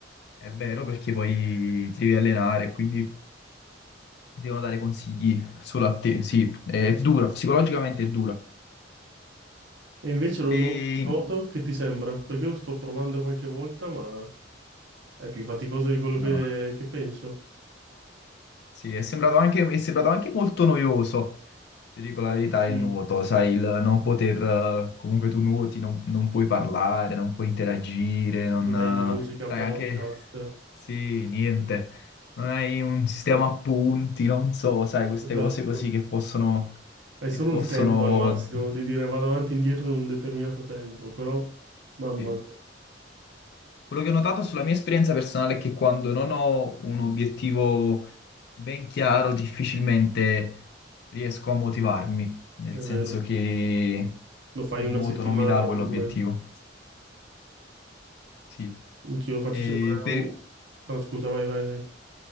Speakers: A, on the left; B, on the right.
A: è vero perché poi ti devi allenare, quindi devono dare consigli solo a te. Sì, è dura, psicologicamente è dura.
B: E invece lo
A: E...
B: nuoto nuoto che ti sembra? Perché io sto provando qualche volta, ma è più faticoso di quello
A: No.
B: che, che penso.
A: Sì, è sembrato anche, mi è sembrato anche molto noioso, ti dico la verità,
B: Mm.
A: il nuoto, sai, il non poter, eh, comunque tu nuoti, non, non puoi parlare, non puoi interagire, non,
B: Non
A: eh,
B: hai musica,
A: sai, anche,
B: podcast.
A: sì, niente, non hai un sistema a punti, non so, sai, queste
B: Esatto.
A: cose così che possono,
B: Hai
A: che
B: solo
A: possono,
B: il tempo al massimo di dire vado avanti e indietro in un determinato tempo, però mamma
A: sì.
B: mia,
A: Quello che ho notato sulla mia esperienza personale è che quando non ho un obiettivo ben chiaro, difficilmente riesco a motivarmi, nel
B: è
A: senso
B: vero.
A: che
B: Lo fai
A: il
B: una
A: nuoto
B: settimana,
A: non mi dà quell'obiettivo.
B: due.
A: Sì.
B: Anch'io lo faccio
A: E
B: sempre.
A: per...
B: eh, un- Ah, scusa, vai, vai, vai.